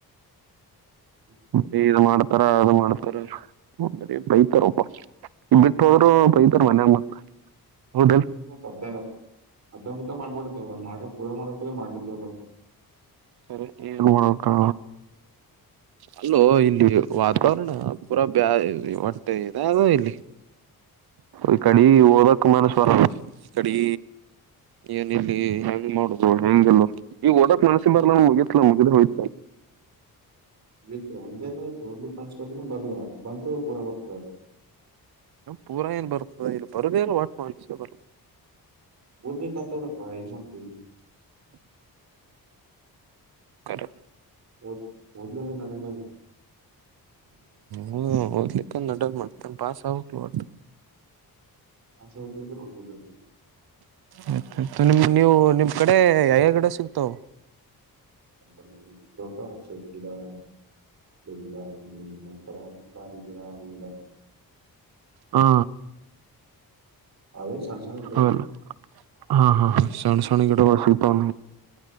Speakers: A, on the right; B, on the right.
A: ಹು
B: ಫೇಲ್ ಮಾಡ್ತಾರ ಅದು ಮಾಡ್ತಾರ ಬರಿ ಬೈತಾರಪ್ಪ. ಬಿಟ್ಟ ಹೋದ್ರು ಬೈತಾರ ಮನ್ಯಾಗ ಮತ್ತ ಹೌದಲ್
A: ಮತ್ತ ಅಪಡೇಟ್ ಅಪಡೇಟ್ ಅಷ್ಟ ಮಡಬೀಡ್ರಿ ನೀವು ಮಾಡಿದ್ರ ಪುರ ಮಾಡಬೇಕು ಮಾಡ್ಲಿಕ್ ಬಿಡ.
B: ಕರೆಂಟ್ ಇಗ ಹೋಗಬೇಕಾ. ಅಲ್ಲೋ ಇಲ್ಲಿ ವಾತಾವರಣಾ ಪೂರಾ ಬ್ಯಾ ಓಟ್ಟೆ ಏನಾರ ಅದ ಇಲ್ಲಿ. ಈ ಕಡೆ ಓದ ಕುಮಾರಸ್ರಂ ಈ ಕಡೆ ಏನ ಇಲ್ಲಿ ಹೆಂಗ್ ಮಾಡುದು ಹೆಂಗ ಈಗ ಓದಕ್ ಸುಮ್ಮ್ನೆಬ್ರಲ್ ಮುಗತ್ಲ ಮುಗಿದ್ ಹೋಯ್
A: ಬಿತ್ತು ಹಂಗಯಾಕ್ ಅಂತಿಯೂ ಒಬ್ ಕನ್ಸ್ಕರ್ ಬರ್ಲ್ಲ ಬಂತವ ಪೂರಾ ಬರ್ತ
B: ಪೂರ ಏನ್ ಬರತ್ತದ ಇಲ್ಲಿ ಬರಬೆಕು ವಟ್ ಒನ್ ಸೇಬಲ್
A: ಊರ್ ಬಿಟ್ಟ ಹಾಕೇವರೇ ಅಪ್ಪಾ ಏನು ಮಾಡತಿ.
B: ಕರೆ
A: ಓದ್ ಓದ್ಲಿಲ್ಲ ನಡೆಲ್ಲಲ್ಲ.
B: ಹು ಓದ್ಲಿಕ್ಕಂದ ನಡಲ್ಲ ಮಡ್ತ ಪಾಸ್ ಆಗಬೇಕಲ್ಲ ಒಟ್ಟ.
A: ಆಚೆ ಹೋಗ್ಲಿಕರ ಓದಬೇಕಂತೇವಿ.
B: ಆಯ್ತಯ್ ನಿಮ್ ನೀವು ನಿಮ್ ಕಡೆ ಯಾವ್ಯ ಗಿಡ ಸಿಗ್ತಾವ
A: ಜಂಗಲ್ನ್ಯಾಗ ಸಿಗತಾವಪ್ಪಾ ಗಿಡಾ. ಇಡ ಅತ್ರ ಪ್ರಾರ್ದರಡ
B: ಹಾ
A: ಅವೇ ಸಣ್ಣ ಸಣ್ಣವ.
B: ಅದಲ್ಲ ಹಾ ಹಾ ಹಾ ವಿ ಚಾನ್ಸಣ ಈಗಡೆ ವಾಸಂದ